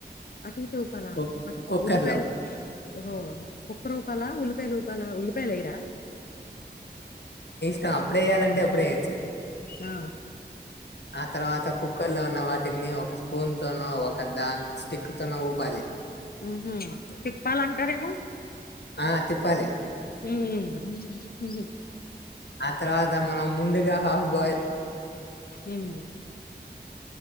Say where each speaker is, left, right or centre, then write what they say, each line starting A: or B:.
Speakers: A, on the left (about 60°); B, on the left (about 75°).
A: అటు ఇటు ఊపాల?
B: కుక్
A: అట్
B: కుక్కర్
A: ఉల్లిపాయల్
B: లో
A: ఓహో, కుక్కర్ ఊపాలా, ఉల్లిపాయలు ఊప్ పాలా? ఉల్లిపాయలేయ్రా.
B: టా అప్పుడే వేయాలంటే, అప్పుడే వేయొచ్చు.
A: ఆ
B: ఆ తర్వాత కుక్కర్ లో ఉన్న వాట్ టిళ్ల్ని ఒక స్పూన్ తోనో, ఒక దాన్ స్టిక్ తోనో ఊపాలి.
A: ఉహు తిప్పాలంటారేమో
B: ఆ తిప్పాలి
A: ఉమ్మ్ ఉమ్ ఉహ్ హు
B: ఆ తర్వాత మనం ముందుగా హాఫ్ బాయ్ల్
A: ఉమ్